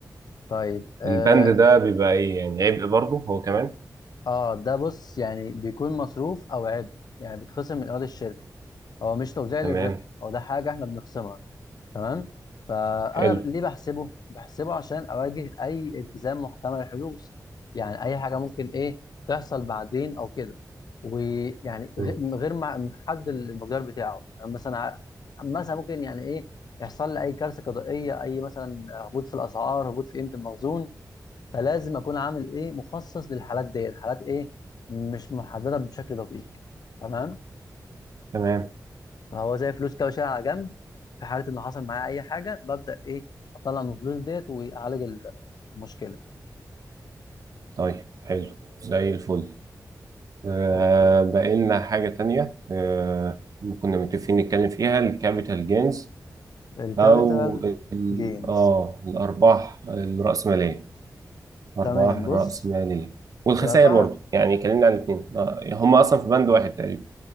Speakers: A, on the left; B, on the right.
A: طيب اه
B: البند ده بيبقى ايه يعني عبء برضه هو كمان
A: آه، ده بص يعني بيكون مصروف او عبء يعني بيتخصم من ايراد الشركه هو مش توزيع
B: تمام
A: للربح هو ده حاجه احنا بنخصمها تمام فانا
B: حلو
A: ليه بحسبه بحسبه عشان اواجه اي التزام محتمل الحدوث يعني اي حاجه ممكن ايه تحصل بعدين او كده ويعني
B: مم.
A: غ- غير مع- محدد المقدار بتاعه يعني مثلا ع- مثلا ممكن يعني ايه يحصل لي اي كارثه قضائيه اي مثلا هبوط في الاسعار هبوط في قيمه المخزون فلازم اكون عامل ايه مخصص للحالات ديت حالات ايه مش محدده بشكل دقيق تمام
B: تمام
A: هو زي فلوس كده وشيلها على جنب في حاله انه حصل معايا اي حاجه ببدا ايه اطلع من الفلوس ديت واعالج المشكله
B: طيب حلو زي الفل آه
A: اوكي
B: بقى لنا حاجة تانية آه كنا متفقين نتكلم فيها الكابيتال جينز
A: الكابيتال
B: او ال-
A: جينز
B: اه الارباح الرأسمالية ارباح
A: تمام
B: الرأسمالية
A: بص
B: والخسائر
A: الارباح
B: برضه يعني اتكلمنا عن الاثنين آه هم اصلا في بند واحد تقريبا